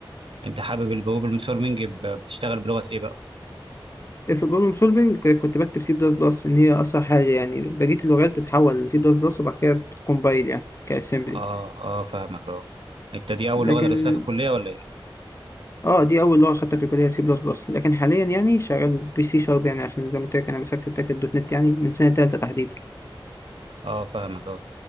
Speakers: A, on the right (about 80°); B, on the left (about 30°).
A: أنت حابب الجلوبال مونيتورنج ب- بتشتغل بلغة إيه بقى؟
B: في البروبلم سولفينج كنت بكتب سي بلس بلس ان هي اسرع حاجه يعني بقيه اللغات بتتحول لسي بلس بلس وبعد كده بتكمبايل يعني كاسمبلي
A: آه آه فاهمك آه أنت دي أول
B: لكن
A: لغة درستها في الكلية ولا إيه؟
B: اه دي اول لغه خدتها في الكليه سي بلس بلس لكن حاليا يعني شغال بي سي شارب يعني عشان زي ما قلت لك انا مسكت التاكد دوت نت يعني من سنه تالته تحديدا
A: آه فاهمك آه